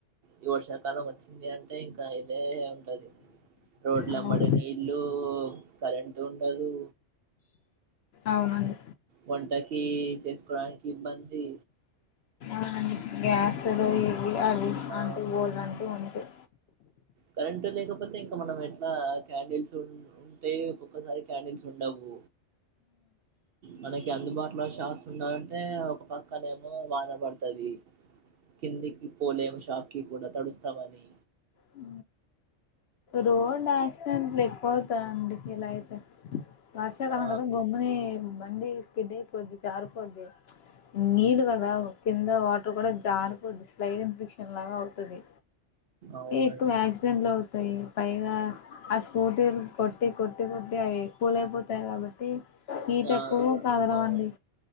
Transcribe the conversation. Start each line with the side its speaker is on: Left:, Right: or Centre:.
Right: ఈ వర్షాకాలం వచ్చింది అంటే ఇంకా ఇదే ఉంటది రోడ్లంబడి
Left: అవునండి
Right: నీళ్ళు కరెంట్ ఉండదు
Left: అవునండి
Right: వంటకి చేసుకోడానికి ఇబ్బంది
Left: ఆ గ్యాసులు అవి అవి
Right: ఆ
Left: అంటూ గోల్ అంటూ ఉంటయి
Right: కరెంట్ లేకపోతే ఇంకా మనం ఎట్లా క్యాండిల్స్ ఉ ఉంటే ఒక్కొక్కసారి క్యాండిల్స్ ఉండవు మనకి అందుబాటులో అట్లో షాక్స్ ఉండాలంటే ఒక పక్కనే ఏమో వాన పడుతది కిందికి పోలేము షాక్కిి కూడా తడుస్తామని
Left: ఉ రోడ్ యాక్సిడెంట్ లేకపోతా అండి ఇలా అయితే వర్షాకాలం
Right: ఆ
Left: కదా గమ్ముని బండి కిడయిపోద్ది జారిపోద్ది నీళ్లు కదా కింద వాటర్ కూడా జారిపోద్ది స్లైడ్ ఇన్ఫెక్షన్ లాగా అవు తది
Right: అవునండి
Left: ఎక్కువ యాక్సిడెట్లవుత యి పైగా ఆ స్కూటీలు కొట్టి కొట్టి కొట్టి అవి కూల్ అయిపోతాయి కాబట్టి హీట్
Right: ఆ
Left: ఎక్కువు కదలవండి
Right: అవును